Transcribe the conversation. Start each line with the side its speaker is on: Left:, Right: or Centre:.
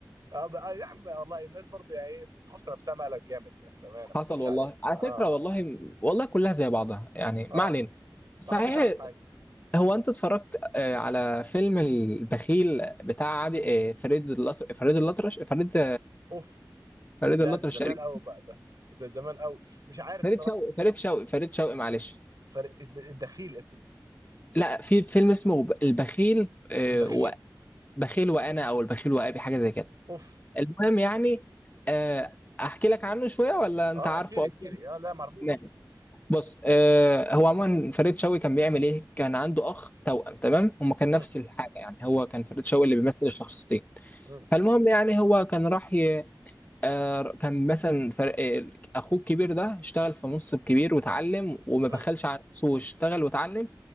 Right: اه بقى يا عم والله الناس برضه يعني ايه بتحط في نفسها مقلب جامد يعني بامانه
Left: <laughs>
Right: ما
Left: حصل
Right: اكدبش
Left: والله
Right: عليك
Left: على
Right: اه
Left: فكره والله والله كلها زي بعضها يعني
Right: اه آه.
Left: ما علينا صحيح
Right: ما حدش عارف حاجه
Left: هو انت اتفرجت آه، على فيلم البخيل بتاع عادي آه، فريد اللطرش فريد اللطرش فريد
Right: اوف
Left: فريد
Right: لا
Left: اللطرش
Right: ده زمان
Left: تقريبا
Right: قوي بقى ده ده زمان قوي مش عارف
Left: فريد
Right: الصراحه
Left: شوقي فريد شوقي فريد شوقي معلش
Right: فرق الد- الدخيل اسمه
Left: لا في فيلم اسمه ب- البخيل آه،
Right: البخيل
Left: و- بخيل وانا او البخيل وابي حاجه زي كده
Right: اوف
Left: المهم يعني آه، احكي لك عنه شويه ولا انت
Right: اه
Left: عارفه
Right: احكي لي احكي
Left: اصلا
Right: لي اه لا ما اعرفوش
Left: نعم. بص آه، هو عموما فريد شوقي كان بيعمل ايه كان عنده اخ توأم تمام هما كان
Right: مم.
Left: نفس الحاجه يعني هو كان فريد شوقي اللي بيمثل الشخصيتين
Right: مم.
Left: فالمهم يعني هو كان راح آه، كان مثلا فرق اخوه الكبير ده اشتغل في منصب كبير واتعلم وما
Right: مم.
Left: بخلش على نفسه واشتغل واتعلم